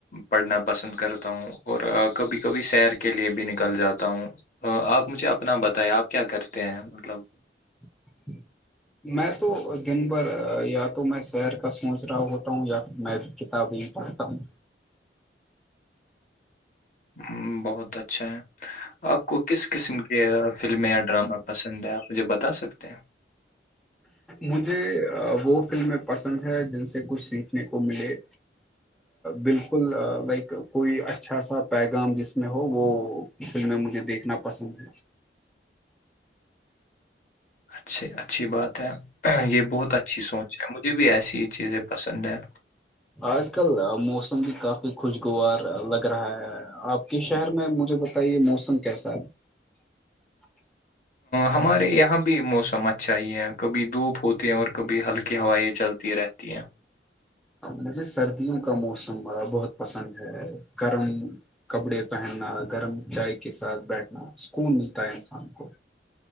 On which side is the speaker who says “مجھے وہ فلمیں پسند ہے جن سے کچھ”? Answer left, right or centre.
Centre